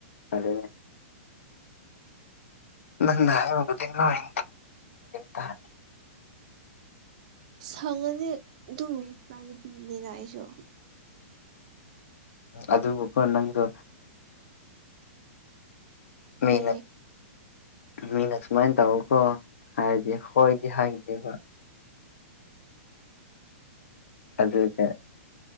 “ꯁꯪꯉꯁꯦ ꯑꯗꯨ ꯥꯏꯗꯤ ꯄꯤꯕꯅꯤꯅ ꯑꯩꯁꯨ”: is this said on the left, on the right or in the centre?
Right